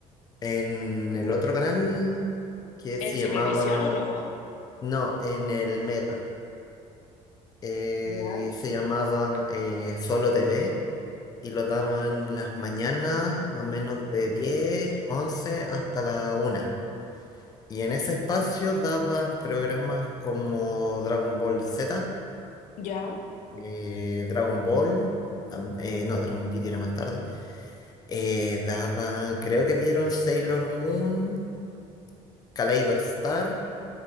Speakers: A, on the left; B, on the left.
A: en el otro canal que se
B: ¿En televisión
A: llamaba,
B: o no?
A: no, en el Mega, eh,
B: Ya,
A: se llamaba eh, Solo TV y lo daban las mañanas, más o menos de 10 11 hasta la una. Y en ese espacio daban programas como Dragon Ball Z,
B: ya.
A: eh, Dragon Ball, tam- eh, no, Dragon Ball GT era más tarde. eh, daban, creo que dieron Sailor Moon, Kaleido Star